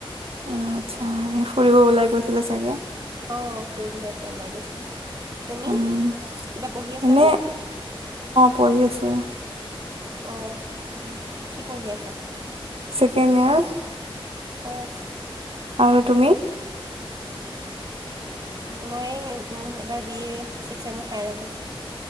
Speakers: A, on the right; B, on the right.
A: অ', আচ্ছা ফুৰিব ওলাই গৈছিলা চাগে।
B: অ', ফুৰিবলে এফালেই ওলাই গৈছিলো। তুমি,
A: উম
B: কিবা পঢ়ি আছানে?
A: এনে পঢ়ি আছো অ'
B: অ, কি কি পঢ়ি আছা?
A: Second year.
B: অফ
A: আৰু তুমি
B: মই এইবাৰ বি এ ছিক্স আৰু মই ফাইনেল দিছোঁ